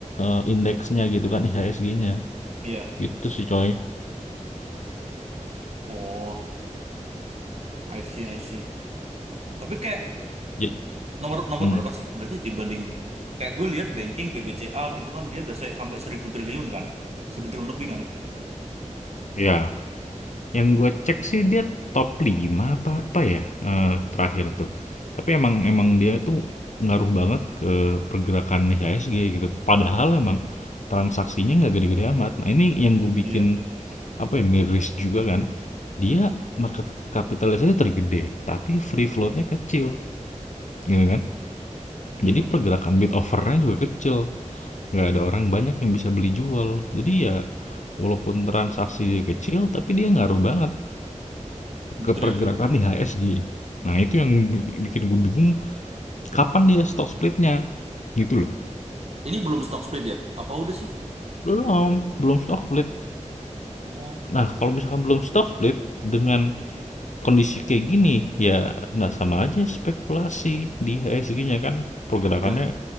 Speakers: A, on the left; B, on the right.
A: eh, indeksnya gitu kan IHSG-nya.
B: Iya.
A: Gitu sih coy.
B: Oh, I see, I see. Tapi kayak
A: Jadi,
B: nomor nomor
A: hmm,
B: berapa sih? Berarti dibanding kayak gue lihat banking BBCA gitu kan dia biasa sampai 1000 triliun kan? seribu triliun lebih kan?
A: ya Yang gue cek sih dia top 5 apa apa ya, eee, terakhir tuh. Tapi emang emang dia tuh ngaruh banget ke pergerakan IHSG gitu. Padahal emang transaksinya nggak gede-gede amat. Nah ini yang gue bikin
B: iya.
A: apa ya, miris juga kan. Dia market capitalisasi tergede, tapi free floatnya kecil gitu kan.
B: Hmm,
A: Jadi pergerakan bid overnya juga kecil, nggak ada orang banyak yang bisa beli jual. Jadi ya walaupun transaksi dia kecil, tapi dia ngaruh banget
B: gitu
A: ke pergerakan
B: ya.
A: IHSG. Nah, itu yang bikin gue bingung kapan dia stock splitnya gitu loh.
B: Ini belum stock split ya? Apa udah sih?
A: Belum, belum stock split.
B: Oh,
A: Nah, kalau misalkan belum stock split dengan kondisi kayak gini ya nah sama aja spekulasi di IHSG-nya kan pergerakannya
B: iya,